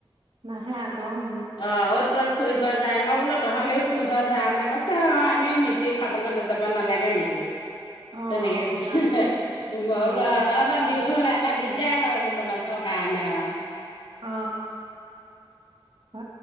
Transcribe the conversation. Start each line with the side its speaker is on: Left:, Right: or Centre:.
Right: নাহে আকৌ। উম!
Left: অ অ'ত ত'ত ফুৰিব যায়, মই বোলো, তহতেও ফুৰিব যাওনে? কৈছে, অ, আমিও খাবলৈ নাযাব নালাগে নেকি?
Right: অ
Left: তেনেকে কৈছে,
Right: সেইকাৰণে
Left: মই
Right: অ
Left: ত বিহু হ'লে আমাৰ দিগদাৰ হয় বোলো মাছৰ কাৰণে। অ'!
Right: অ, হ